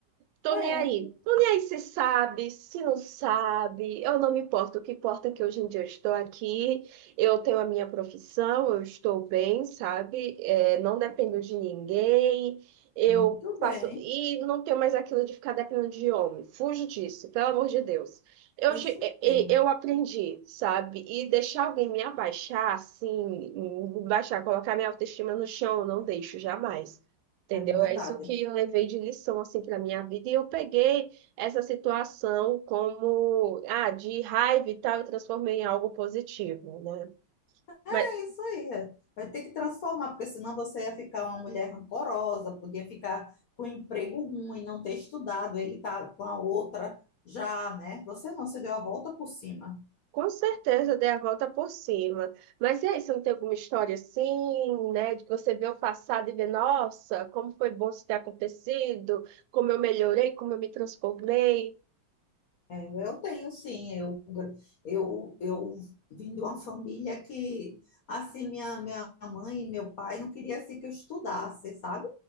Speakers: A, on the right; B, on the left.
A: Tô
B: É,
A: nem aí. Tô nem aí se sabe, se não sabe. Eu não me importo. O que importa é que hoje em dia eu estou aqui, eu tenho a minha profissão, eu estou bem, sabe? É, não dependo de ninguém. Eu
B: muito
A: faço.
B: bem.
A: E não tenho mais aquilo de ficar dependendo de homem. Fujo disso, pelo amor de Deus. Eu,
B: Isso
A: ge- e-
B: mesmo,
A: e- eu aprendi, sabe? E deixar alguém me abaixar, assim, me baixar, colocar minha autoestima no chão, eu não deixo jamais. Entendeu?
B: é verdade.
A: É isso que eu levei de lição assim para minha vida e eu peguei essa situação como ah, de raiva e tal e transformei em algo positivo, né?
B: É
A: Mas
B: isso aí. é. Vai ter que transformar, porque senão você ia ficar uma mulher rancorosa, podia ficar com um emprego ruim, não ter estudado, ele tá com a outra já, né? Você não, você deu a volta por cima.
A: com certeza eu dei a volta por cima. Mas e aí, você não tem alguma história assim, né, de que você vê o passado e vê, nossa, como foi bom isso ter acontecido, como eu melhorei, como eu me transformei?
B: É, eu tenho sim, eu, eu, eu vim de uma família que, assim, minha, minha mãe e meu pai não queria assim, que eu estudasse, sabe?